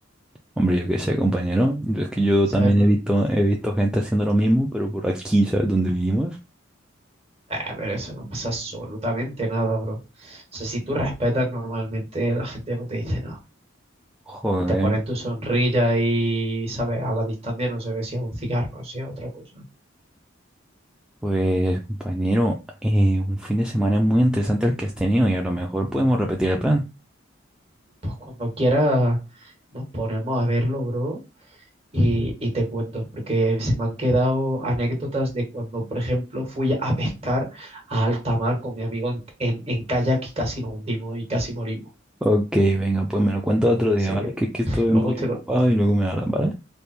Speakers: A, in the centre; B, on the right.
A: Hombre, yo qué sé, compañero. Es que yo
B: ¿Sabes,
A: también
B: bro?
A: he visto, he visto gente haciendo lo mismo, pero por aquí, ¿sabes dónde vivimos?
B: Ah, pero eso no pasa absolutamente nada, bro. O sea, si tú respetas normalmente, la gente no te dice nada.
A: Joder,
B: y te ponen tu sonrilla y, ¿sabes? A la distancia no se ve si es un cigarro, si es otra cosa.
A: pues, compañero, eh, un fin de semana muy interesante el que has tenido y a lo mejor podemos repetir el plan.
B: Pues cuando quieras nos ponemos a verlo, bro, y, y te cuento, porque se me han quedado anécdotas de cuando, por ejemplo, fui a pescar a alta mar con mi amigo en, en, en kayak y casi nos hundimos y casi morimos.
A: Ok, venga, pues me lo cuento otro día,
B: Así
A: ¿vale?
B: que
A: Que es que
B: <tsk>
A: estoy
B: luego
A: un poquito
B: te lo...
A: ocupado y luego me hablan, ¿vale?